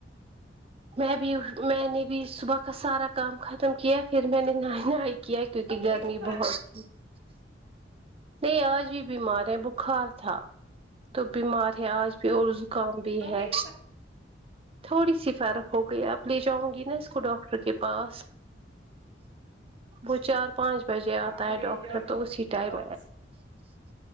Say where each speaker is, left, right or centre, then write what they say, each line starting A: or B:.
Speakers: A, on the right (about 30°); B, on the right (about 85°).
A: میں بھی میں نے بھی صبح کا سارا کام ختم کیا پھر میں نے نہ نہائی ہے کیونکہ گرمی
B: ہو گئی فرق
A: بہت تھی نہیں آج بھی بیمار ہے بخار تھا تو بیمار ہے آج بھی اور کام بھی
B: ہو
A: ہے
B: گئی
A: تھوڑی سی فرق ہو گئی آپ لے جاؤں گی نا اس کو ڈاکٹر کے پاس وہ چار پانچ بجے
B: فرق؟
A: آتا
B: ہاں لے
A: ہے ڈاکٹر
B: جاؤ
A: تو اسی
B: کے
A: ٹائم
B: پاس